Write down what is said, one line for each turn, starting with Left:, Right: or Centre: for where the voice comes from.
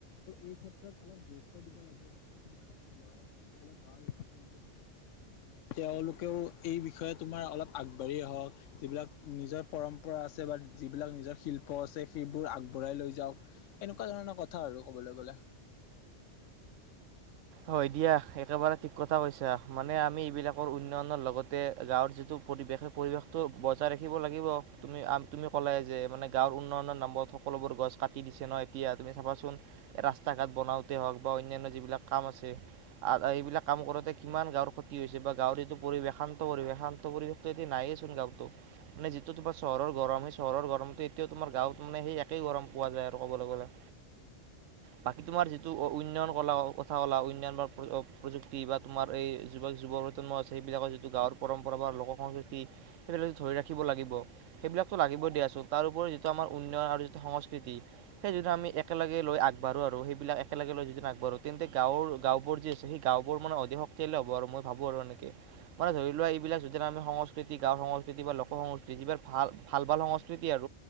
Left: এই ক্ষেত্ৰত অলপ গুৰুত্ব দিব লাগে যাতে তোমাৰ লৰা ছ যিবিলাক গাঁৱৰ ল'ৰা ছোৱালী <unintelligible> তেওঁলোকেও এই বিষয়ে তোমাৰ অলপ আগবাঢ়ি আহক যিবিলাক নিজৰ পৰম্পৰা আছে বা যিবিলাক নিজৰ শিল্প আছে সেইবোৰ আগবঢ়াই লৈ যাও এনেকুৱা ধৰণৰ কথা কথা আৰু ক'বলৈ গ'লে।
Right: হয় দিয়া একেবাৰে ঠিক কথা কৈছা মানে আমি এইবিলাকৰ উন্নয়নৰ লগতে গাৱৰ যিটো পৰিৱেশ সেই পৰিৱেশতটো বজাই ৰাখিব লাগিব তুমি, তুমি ক'লে যে মানে গাঁৱৰ উন্নয় নামত সকলোবোৰ গছ কাটি দিছে ন এতিয়া তুমি চাবাচোন ৰাস্তা ঘাট বনাওতে হওক বা অনান্য যিবিলাক কাম এইবিলাক কাম কৰোতে কিমান গাৱৰ ক্ষতি হৈছে বা গাৱৰ এইটো পৰিৱেশ শান্ত পৰিৱেশ - শান্ত পৰিৱেশ নাইে চোন গ মানে যিটো তোমাৰ চহৰ গৰম সেই চহৰৰ গৰমটো এয়াও তোমাৰ গাওত মানে সেই। সেই গৰম পোৱা যায় আৰু ক'বলৈ গ'লে।
Left: অ',
Right: বাকী তোমাৰ যিটো উন্নয়ন কলা কথা কলা উন্নয়ন বা প্ৰযুক্তি বা তোমাৰ এই যুৱক যুৱ প্ৰজন্ম আছে সেইবিলাকৰ যিটো গাঁৱৰ পৰম্পৰাগত লোক সংস্কৃতি সেইবিলাক ধৰি ৰাখিব লাগিব সেইবিলাকতো লাগিবই দিয়াচোন তাৰপৰি যিটো আমাৰ উন্নয়ন যিটো সংস্কৃতি সেই যিটো আমি একেলগে ল আগবঢ়ো আৰু সেইবিলাক একেলগে ল যিদি আগবাঢ়ো তেন্তে গাঁৱৰ গাঁওবোৰ যি আছে সেই গাঁওবোৰ মানে অধিক শক্তিশালে হ'ব আৰু মই ভাবো আৰু এনেকে মানে ধৰি লোৱা এইবিলাক যিদি আমি সংস্কৃতি গাও সংস্কৃতি বা লোক সংস্কৃতি যিবাক ভাল ভাল ভাল সংস্কৃতি আৰু।